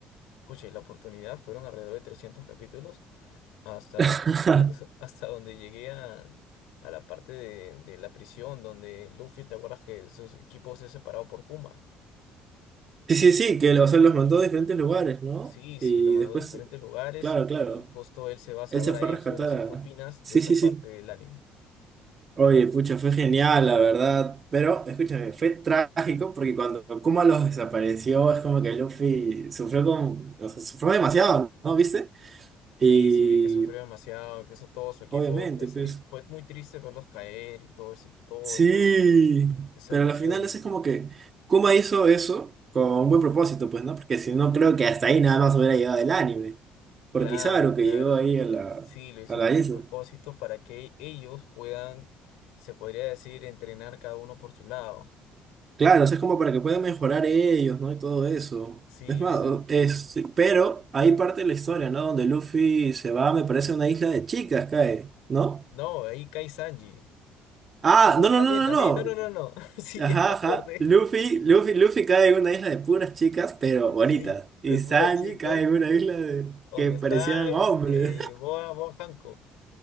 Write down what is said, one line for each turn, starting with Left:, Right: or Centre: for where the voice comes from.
Left: Pucha, y la oportunidad fueron alrededor de 300 capítulos hasta,
Right: <laughs>
Left: <laughs> hasta donde llegué a, a la parte de, de la prisión, donde Luffy, ¿te acuerdas que sus equipos se separado por Kuma?
Right: Sí, sí, sí, que o sea, los mandó a diferentes lugares, ¿no?
Left: Sí,
Right: Y
Left: sí, lo mandó
Right: después,
Left: a diferentes lugares
Right: claro, claro,
Left: y justo él se va a saber
Right: él se fue
Left: a eso.
Right: a rescatar
Left: Yo no sé
Right: a...
Left: qué opinas
Right: Sí,
Left: de esta
Right: sí, sí.
Left: parte del anime.
Right: Oye, pucha, fue genial, la verdad. Pero, escúchame, fue trágico porque cuando Kuma los desapareció, es como que Luffy sufrió con, o sea, sufrió demasiado, ¿no? ¿Viste?
Left: Sí,
Right: Y
Left: sí, vi que sufrió demasiado, incluso todo su equipo.
Right: obviamente,
Left: Es
Right: pues.
Left: tri- fue muy triste verlos caer y todo ese, todo
Right: Sí.
Left: esa, esa
Right: Pero
Left: emoción.
Right: al final eso es como que Kuma hizo eso con un buen propósito, pues, ¿no? Porque si no, creo que hasta ahí nada más hubiera llegado el anime. Porque
Left: Claro,
Right: Kizaru
Left: claro.
Right: que llegó ahí a la,
Left: Sí, lo hizo
Right: a la
Left: con
Right: isla.
Left: un propósito para que ellos puedan, se podría decir, entrenar cada uno por su lado.
Right: Claro, o sea, es como para que puedan mejorar ellos, ¿no? Y todo eso.
Left: Sí,
Right: Es más,
Left: sí.
Right: o- es, sí, pero hay parte de la historia, ¿no? Donde Luffy se va, me parece, a una isla de chicas, cae, ¿no?
Left: No, ahí cae Sanji.
Right: Ah,
Left: Ah, no,
Right: no, no,
Left: también,
Right: no,
Left: también.
Right: no, no.
Left: No, no, no, no. <laughs> Sí, ya
Right: Ajá,
Left: me
Right: ajá.
Left: acordé.
Right: Luffy, Luffy, Luffy cae en una isla de puras chicas, pero bonitas.
Left: Sí,
Right: Y
Left: de puras
Right: Sanji
Left: chicas.
Right: cae en una isla de,
Left: Donde
Right: que parecían
Left: está este
Right: hombres.
Left: Boa, Boa Hancock.